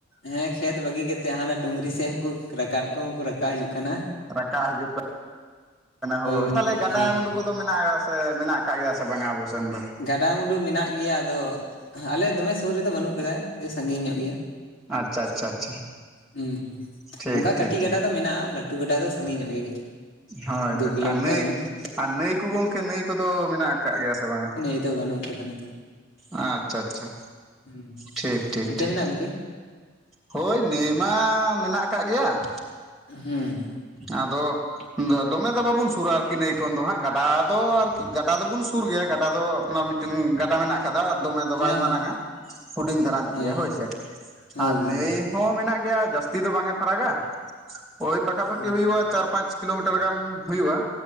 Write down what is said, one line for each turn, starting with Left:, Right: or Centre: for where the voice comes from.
Left: ᱦᱮᱸ ᱠᱷᱮᱛ ᱵᱟᱹᱜᱤ ᱠᱟᱛᱮᱜ ᱦᱟᱱᱟ ᱰᱩᱝᱨᱤ ᱥᱮᱫ ᱦᱚᱸᱠᱚ ᱠᱟᱴᱠᱚᱢ ᱩᱱᱠᱩ ᱨᱟᱠᱟᱵ ᱦᱤᱡᱩᱜ ᱠᱟᱱᱟ᱾
Centre: ᱨᱟᱠᱟᱜ ᱦᱤᱡᱩᱜ ᱠᱟᱱᱟ᱾ ᱦᱳᱭ
Left: ᱜᱚᱢᱠᱮ
Centre: ᱛᱟᱦᱚᱞᱮ ᱜᱟᱰᱟ
Left: ᱦᱮᱸ
Centre: ᱢᱩᱰᱩ ᱠᱚᱫᱚ ᱢᱮᱱᱟᱜ ᱥᱮ ᱢᱮᱱᱟᱜ ᱟᱠᱟᱫ ᱜᱮᱭᱟ ᱥᱮ ᱵᱟᱝᱼᱟ᱾ ᱟᱵᱚ ᱥᱮᱱ ᱫᱚ?
Left: ᱜᱟᱰᱟ-ᱢᱩᱰᱩ ᱢᱮᱱᱟᱜ ᱜᱮᱭᱟ᱾ ᱟᱫᱚ ᱟᱞᱮ ᱫᱚᱢᱮ ᱥᱩᱨ ᱨᱮᱫᱚ ᱵᱟᱹᱱᱩᱜ ᱠᱟᱫᱟ, ᱠᱟᱹᱴᱤᱡ ᱥᱟᱺᱜᱤᱧ ᱧᱚᱜ ᱜᱮᱭᱟ᱾
Centre: ᱟᱪᱪᱷᱟ ᱟᱪᱪᱷᱟ ᱟᱪᱪᱷᱟ
Left: ᱦᱩᱸ, ᱦᱩᱸ,
Centre: ᱴᱷᱤᱠ
Left: ᱚᱝᱠᱟ
Centre: ᱴᱷᱤᱠ
Left: ᱠᱟᱹᱴᱤᱡ
Centre: ᱴᱷᱤᱠ
Left: ᱜᱟᱰᱟ ᱫᱚ ᱢᱮᱱᱟᱜᱼᱟ᱾ ᱞᱟᱹᱴᱩ ᱞᱟᱹᱴᱩ ᱜᱟᱰᱟ ᱫᱚ, ᱥᱟᱺᱜᱤᱧ ᱧᱚᱜ ᱜᱮ ᱠᱤᱪᱷᱩ᱾
Centre: ᱦᱚᱭ-ᱦᱚᱭ,
Left: ᱫᱩ ᱠᱤᱞᱳᱢᱤᱴᱟᱨ
Centre: ᱟᱨ ᱱᱟᱹᱭ
Left: ᱜᱟᱱ
Centre: ᱟᱨ ᱱᱟᱹᱭ ᱠᱚ ᱜᱚᱢᱠᱮ ᱱᱟᱹᱭ ᱠᱚᱫᱚ ᱢᱮᱱᱟᱜ ᱠᱟᱜ ᱜᱮᱭᱟ ᱥᱮ ᱵᱟᱝᱼᱟ?
Left: ᱱᱚᱛᱮᱫᱚ ᱵᱟᱹᱱᱩᱜ ᱠᱟᱫᱟ ᱱᱚᱛᱮ ᱫᱚ᱾
Centre: ᱟᱪᱪᱷᱟ, ᱟᱪᱪᱷᱟ᱾
Left: ᱦᱩᱸ
Centre: ᱴᱷᱤᱠ, ᱴᱷᱤᱠ,
Left: ᱚᱱᱛᱮ
Centre: ᱴᱷᱤᱠ᱾
Left: ᱢᱮᱱᱟᱜᱼᱟ ᱜᱚᱝᱠᱮ
Centre: ᱦᱳᱭ ᱱᱟᱹᱭ ᱢᱟ, ᱢᱮᱱᱟᱜ ᱠᱟᱜ ᱜᱮᱭᱟ,
Left: ᱦᱩᱸ
Centre: ᱟᱫᱚ ᱫᱚᱢᱮ ᱫᱚ ᱵᱟᱵᱚᱱ ᱥᱩᱨᱟ ᱟᱨᱠᱤ, ᱱᱟᱹᱭ ᱠᱷᱚᱱ ᱫᱚ ᱦᱟᱸᱜ ᱜᱟᱰᱟ ᱫᱚ, ᱟᱨᱠᱤ ᱜᱟᱰᱟ ᱫᱚᱵᱚᱱ ᱥᱩᱨ ᱜᱮᱭᱟ᱾ ᱜᱟᱰᱟ ᱫᱚ ᱟᱯᱱᱟᱨ ᱢᱤᱫ ᱢᱤᱫᱴᱮᱱ ᱜᱟᱰᱟ ᱢᱮᱱᱟᱜ ᱠᱟᱫᱟ ᱫᱚᱢᱮ ᱫᱚ
Left: ᱦᱮᱸ
Centre: ᱵᱟᱭ ᱢᱟᱨᱟᱝᱼᱟ᱾ ᱦᱩᱰᱤᱧ ᱫᱷᱟᱨᱟ ᱧᱚᱜ
Left: ᱦᱮᱸ
Centre: ᱜᱮᱭᱟ, ᱦᱳᱭ ᱥᱮ
Left: ᱦᱳᱭ
Centre: ᱟᱨ ᱱᱟᱹᱭ
Left: ᱦᱳᱭ
Centre: ᱦᱚᱸ ᱢᱮᱱᱟᱜ ᱜᱮᱭᱟ ᱡᱟᱹᱥᱛᱤ ᱫᱚ, ᱵᱟᱝ ᱮ ᱯᱷᱟᱨᱟᱟ ᱳᱭ ᱯᱟᱷᱟᱠᱟ ᱯᱟᱠᱤ
Left: ᱚ
Centre: ᱦᱩᱭᱩᱜᱼᱟ, ᱪᱟᱨ ᱯ ᱯᱟᱸᱪ ᱠᱤᱞᱳᱢᱤᱴᱟᱨ ᱜᱟᱱ ᱦᱩᱭᱩᱜᱼᱟ᱾